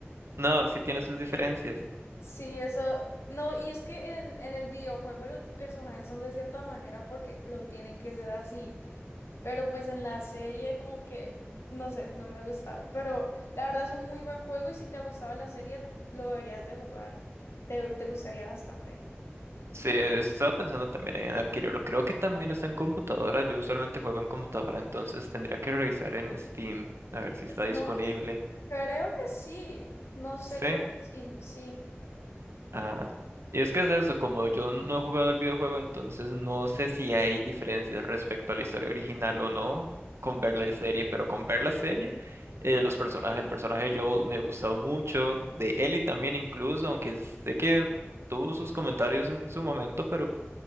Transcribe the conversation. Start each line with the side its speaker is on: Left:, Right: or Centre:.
Right: No, sí tiene sus diferencias.
Left: Sí, eso. No, y es que en, en el videojuego los personajes son de cierta manera porque lo tienen que ser así. Pero pues en la serie como que, no sé, no me ha gustado. Pero la verdad es un muy buen juego y si te ha gustado la serie, lo deberías de jugar. Te, te gustaría bastante.
Right: Sí, estaba pensando también en adquirirlo. Creo que también está en computadora. Yo usualmente juego en computadora, entonces tendría que revisar en Steam a ver si está disponible.
Left: No, sí, creo que sí. No sé,
Right: Sí.
Left: creo que sí, sí.
Right: Ah, y es que es eso, como yo no he jugado el videojuego, entonces no sé si hay diferencias respecto a la historia original o no con ver la serie, pero con ver la serie, eh, los personajes, el personaje de Joel me gustó mucho, de Ellie también incluso, aunque sé que tuvo sus comentarios en su momento, pero